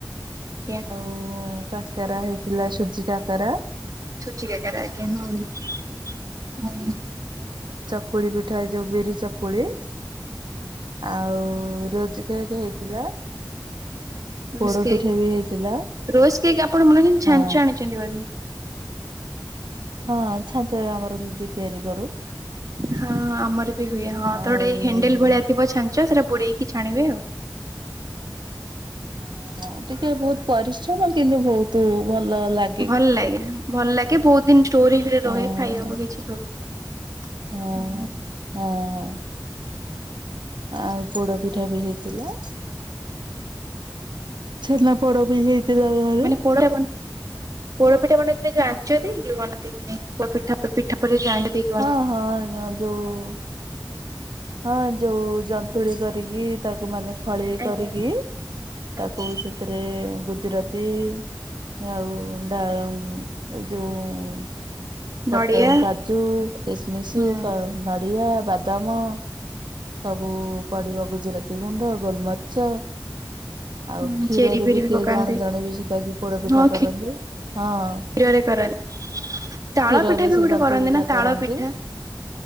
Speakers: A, on the right; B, on the right.
A: ଜ୍ଞା।
B: ଉଁ କାକେରା ହେଇଥିଲା ସୁଜି କାକେରା।
A: ସୁଜି କାକେରା ଆଜ୍ଞା।
B: ଚକୁଳି ପିଠା ଯୋଉ ବିରି ଚକୁଳି। ଆଉ ରୋଜ କେକ୍ ହେଇଥିଲା।
A: ରୋଜ
B: ପୋଡ
A: କେକ୍
B: ପିଠା ବି ହେଇଥିଲା
A: ରୋଜ କେକ୍ ଆପଣ ବନେଇଚନ୍ତି
B: ହଁ
A: ଛାଞ୍ଚ ଆଣିଚନ୍ତି ବୋଧେ।
B: ହଁ ଛାଞ୍ଚ ରେ ଆମର ନିଜେ ତିଆରି କରୁ।
A: ହଁଁ ହଁ ଆମର ବି ହୁଏ ହଁ
B: ଆଉ
A: ତ ଗୋଟେ
B: ହଁ
A: ହେଣ୍ଡେଲ ଭଳିଆ ଥିବ ଛାଞ୍ଚ ସେଇଟା ବୁଡେଇକି ଛାଣିବେ ଆଉ।
B: ଅ ହଁ ଟିକେ ବହୁତ ପରିଶ୍ରମ କିନ୍ତୁ ବହୁତୁ ଭଲ ଲା
A: ଭଲ ଲାଗେ ଭଲ ଲାଗେ ବହୁତ ଦିନ ଷ୍ଟୋର ହେଇକିରି
B: ହଁ
A: ରହେ ଖାଇଆକୁ କିଛି ପ୍ରୋ ହୁଁ
B: ହଁ
A: ହୁଁ।
B: ହଁ ଆଉ ପୋଡ଼ ପିଠା ବି ହେଇଥିଲା। ଛେନାପୋଡ଼ ବି ହେଇଥିଲା ଘରେ।
A: ପୋଡ଼ ପିଠା ବନ ପୋଡ଼ ପିଠା ବନେଇଥିଲେ ଯୋଉ ଆଞ୍ଚ ଦେଇକି ବନାନ୍ତି <inaudible> ପୋଡ଼ ପିଠା ପ-ପିଠା ପରେ ଯୋଉ ଆ ଦେଇ
B: ହଁ ହଁ ଅଁ ଯୋଉ ହଁ ଯୋଉ ଜ ନ୍ତୁଳି କରିକି ତାକୁ ମାନେ ଖଳେଇ
A: ଆଜ୍ଞା
B: କରିକି
A: ଆଜ୍ଞା
B: ତାକୁ ସେ ଥିରେ ଗୁଜୁରାତି ଆଉ ଡାଳଂ ଏ ଯୋଉ ପତ୍
A: ନଡିଆ
B: ଉଁ କାଜୁ, କିସମିସି,
A: ହୁଁ
B: କ ନଡିଆ, ବାଦାମ। ସବୁ ପଡିବ ଗୁଜୁରାତି ଗୁଣ୍ଡ ଗୋଲମରିଚ। ଆଉ
A: ହୁଁ
B: କ୍ଷୀରରେ
A: ଚେରି ଫେରି
B: ବି କିଏ
A: ପକାନ୍ତି
B: ଜଣେ ଜଣେ ବି ସେଟାକିି ପୋଡ଼ ପିଠା
A: ହଁ
B: କରନ୍ତି ହଁ। କ୍ଷୀରରେ
A: କ୍ଷୀରରେ କରନ୍ତି। ତାଳ ପିଠା ବି
B: ସେ
A: ଗୋଟେ
B: ଜନ୍ତୁଳି
A: କରନ୍ତି ନା
B: ଟା
A: ତାଳ
B: କରନ୍ତି।
A: ପିଠା